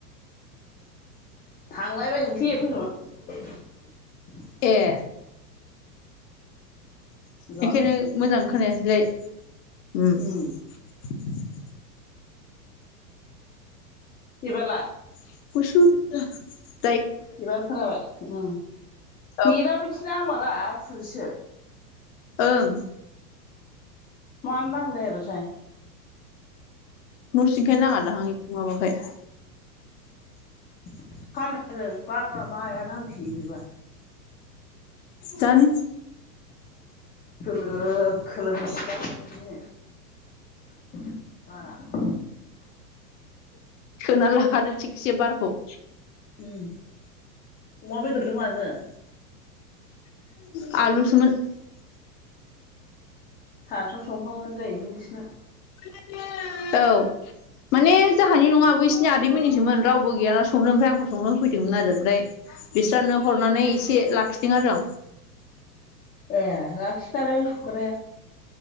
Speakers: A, on the left (about 20°); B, on the left (about 50°).
A: <inaudible> बुंथिगिरिनि जेबो खोनानो मोननाय जायाखै
B: ए <inaudible>
A: र'
B: बुंथिगिफोरनि जेबो खोनानो मोननाय
A: उम
B: जायाखै
A: सिबायलाय
B: <inaudible> बुंथिगिरिफोरनि जेबो खोनानो मोननाय जायाखै
A: हेबार खोनाबाय होम
B: औ
A: नेटा बिथिं नांमारा आसुरिदसो
B: ओं
A: मानो नांलाया ओरैसाय
B: न'सिंखाय नाङा दाहां इथिं माबाखाय
A: <inaudible> बुंथिगिरिफोरनि जेबो खोनानो मोननाय जायाखै
B: दानि
A: <inaudible> बुंथिगिरिफोरनि जेबो खोनानो मोननाय जायाखै <inaudible> बुंथिगिरिफोरनि जेबो खोनानो मोननाय जायाखै
B: खोना लाखादो थिखसे बारखौ
A: <inaudible> बुंथिगिरिफोरनि जेबो खोनानो मोननाय जायाखै
B: <inaudible> बुंथिगिरिफोरनि जेबो खोनानो मोननाय जायाखै
A: <inaudible> बुथिगिरिफोरनि जेबो खोनानो मोननाय जायाखै
B: औ <inaudible> बुंथिगिरिफोरनि जेबो खोनानो मोननाय जायाखै <inaudible> बुंथिगिरिफोरनि जेबो खोनानो मोननाय जायाखै
A: ए लाखिखार सुक्राया <unintelligible>